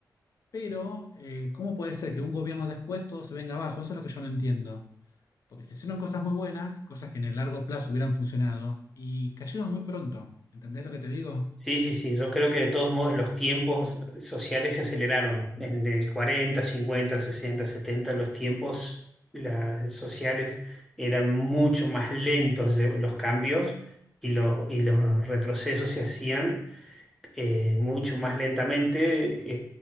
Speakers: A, on the left; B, in the centre.
A: Pero, eh, ¿cómo puede ser que un gobierno después todo se venga abajo? Eso es lo que yo no entiendo. Porque se hicieron cosas muy buenas, cosas que en el largo plazo hubieran funcionado, y cayeron muy pronto. ¿Entendés lo que te digo?
B: Sí, sí, sí, yo creo que de todos modos los tiempos sociales se aceleraron. En el 40 50 60 70 los tiempos las, sociales eran mucho más lentos de- los cambios y los, y los retrocesos se hacían eh, mucho más lentamente.